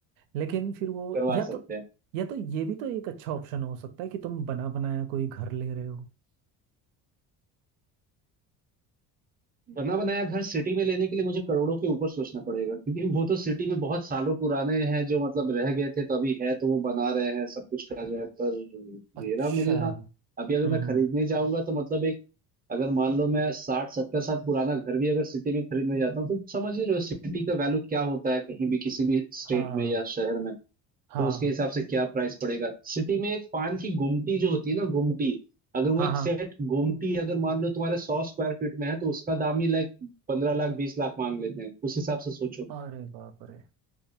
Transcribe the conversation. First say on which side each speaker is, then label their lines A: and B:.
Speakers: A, on the right; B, on the right.
A: लेकिन फिर वो
B: करवा
A: या
B: सकते
A: तो
B: हैं
A: या तो ये भी तो एक अच्छा ऑप्शन हो सकता है कि तुम बना बनाया कोई घर ले रहे हो
B: बना बनाया घर सिटी में लेने के लिए मुझे करोड़ों के ऊपर सोचना पड़ेगा क्योंकि वो तो सिटी में बहुत सालों पुराने हैं जो मतलब रह गए थे तो अभी है तो वो बना रहे हैं सब कुछ कर रहे हैं पर
A: अच्छा
B: मेरा मिलना अभी अगर
A: हम्म
B: मैं खरीदने जाऊंगा तो मतलब एक अगर मान लो मैं साठ सत्तर साल पुराना घर भी अगर सिटी में खरीदने जाता हूँ तो समझ ही रहे हो सिटी का वैल्यू क्या होता है कहीं भी किसी भी स्टेट
A: हाँ
B: में या शहर में
A: हाँ
B: तो उसके हिसाब से क्या प्राइस पड़ेगा सिटी में एक पान की गुमटी जो होती है ना गुमटी अगर वो
A: हाँ
B: एक
A: हाँ
B: सेट गुमटी अगर मान लो तुम्हारे सौ स्क्वायर फीट में है तो उसका दाम ही लाइक पंद्रह लाख बीस लाख मांग लेते हैं उस हिसाब से सोचो
A: अरे बाप रे